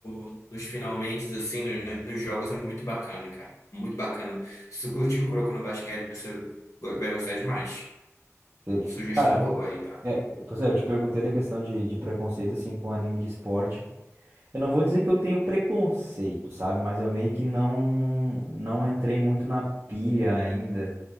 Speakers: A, on the left (about 80°); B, on the right (about 45°).
A: no- nos finalmente, assim, no- né, nos jogos, é muito bacana, cara. Muito bacana. Se tu curtiu o Kuroko no Basquete, você vai gostar demais.
B: Sei.
A: Sugestão
B: Cara,
A: boa aí, tá?
B: é, pois é, eu te perguntei da questão de, de preconceito, assim, com anime de esporte. Eu não vou dizer que eu tenho preconceito, sabe? Mas eu meio que não não entrei muito na pilha ainda.